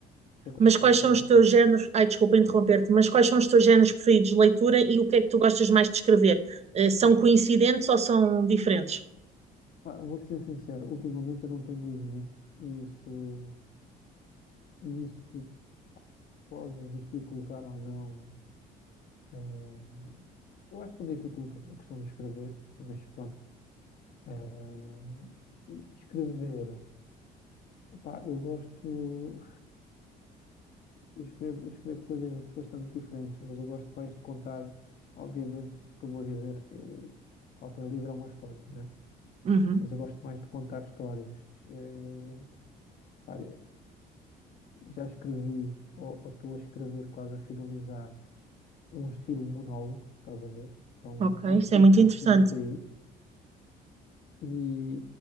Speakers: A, on the left; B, on the right.
A: É quando
B: Mas
A: estava
B: quais
A: a
B: são
A: perguntar.
B: os teus géneros? Ai, desculpa interromper-te, mas quais são os teus géneros preferidos de leitura e o que é que tu gostas mais de escrever? Eh, são
A: Epá,
B: coincidentes ou são diferentes?
A: pá, vou-te ser sincero, ultimamente eu não tenho lido muito e isso, e isso pode dificultar ou não. Eh, eu acho que tudo dificulta a questão de escrever, mas pronto. Eh, escrever, epá, eu gosto, eu escrevo, eu escrevo coisas bastante diferentes, mas eu gosto mais de contar, obviamente, o que eu vou dizer, assim, o- qualquer livro é uma história, né?
B: Uhum,
A: Mas eu gosto mais de contar histórias. Eh, pá, já escrevi, ou ou estou a escrever quase a finalizar, um estilo monólogo, estás a ver? É um,
B: ok,
A: é um estilo
B: isso é muito
A: que não
B: interessante.
A: se vê muito aí E,